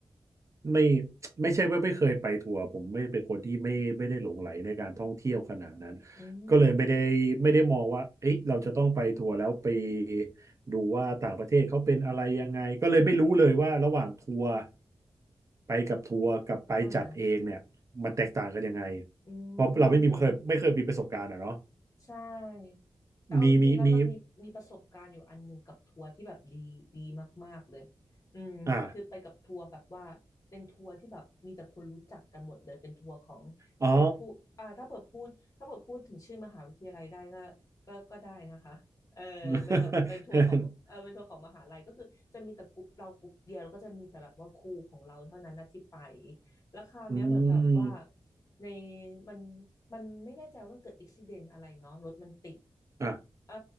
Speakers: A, on the right; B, on the left.
A: ไม่ไม่ใช่ว่าไม่เคยไปทัวร์ผมไม่เป็นคนที่ไม่ไม่ได้หลงไหลในการท่องเที่ยวขนาดนั้น
B: อื
A: ก็เลยไม่ได้ไม่ได้มองว่าเอ๊ะเราจะต้องไปทัวร์แล้วไป
B: ม
A: ดูว่าต่างประเทศเขาเป็นอะไรยังไงก็เลยไม่รู้เลยว่าระหว่างทัวร์ไปกับทัวร์กับไปจัดเองเนี่ยมันแตกต่างกันยังไง
B: อ่าอื
A: เพราะเราไม่มีเคยไม่เคยมีประสบการณ์อ่ะเนาะ
B: ม ใช่แต่เอาจริงๆแล้วมันมีมีประสบการณ์อยู่อันหนึ่งกับทัวร์ที่แบบดีดีมากๆเลย
A: มีมีมี
B: อืมคือไปกับทัวร์แบบว่าเป็นทัวร์ที่แบบมีแต่คนรู้จักกันหมดเลยเป็นทัวร์ของถ้าเปิดพูดอ่าถ้าเปิดพูดถ้าเปิดพูดถึงชื่อมหาวิทยาลัยได้ก็ก็ก็ได้นะคะเออเป็นแบบเป็นทัวร์ของเออเป็นทัวร์ของมหาลัยก็คือจะมีแต่กลุ่มเรากลุ่มเดียวแล้วก็จะมีแต่แบบว่าครูของเราเท่านั้นนะที่ไป
A: อ่าอ๋อ <laughs>
B: แล้วคราวเนี้ยเหมือนแบบว่า
A: อืม
B: ในมันมันไม่แน่ใจว่ามันเกิดอุบิเหตุอะไรเนาะรถมันติด
A: อ่ะ
B: เออ